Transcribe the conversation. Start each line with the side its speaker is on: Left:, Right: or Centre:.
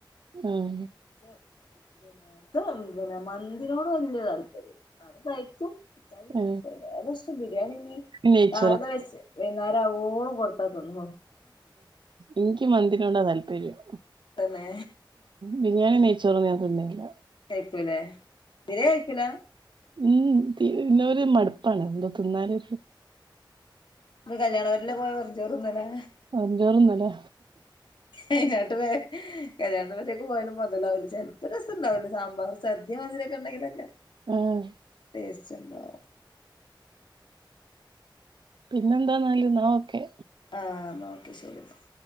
Right: ഉം
Left: <unintelligible> കല്ല
Right: ആ.
Left: ശ ഏകദേശം ബിരിയാണി ഇീ
Right: നെയ്ച്ചോറ്
Left: രാവിലെ വെച്ച് മോള് കൊടുത്ത തിന്നും
Right: എനിക്ക് മന്തിനോട താല്പര്യം
Left: തന്നെ
Right: ബിരിയാണി നെയ്ച്ചോറും ഞാൻ തിന്നലില്ല
Left: കയക്കൂലെ ബിരിയാണി കയക്കൂല
Right: ഉം പിന്നരു മടുപ്പാണ് എന്തോ തിന്നാനരു.
Left: ന്ന് കല്യാണ പൊരേലെക്കെ പോയി വെറും ചോറൊന്നല്ലെ.
Right: വെറും ചോറ് തിന്ന് ലേ
Left: അയിതിനാട്ട് വേ കല്യാണത്തിന് ഉച്ചക്ക് പോയാലും മുതലാവൂല ചെല്പ്പം രസംണ്ടാവും ലേ സാമ്പാർ സദ്യ മാതിരി യൊക്കെ ഉണ്ടെങ്കിലൊക്കെ.
Right: ഉം.
Left: ടേസ്റ്റ് ണ്ടോ
Right: പിന്നെന്താന്നാല് എന്നാ ഒക്കെ.
Left: ആ എന്നാൽ ഓക്കെ ശരി എന്നാൽ.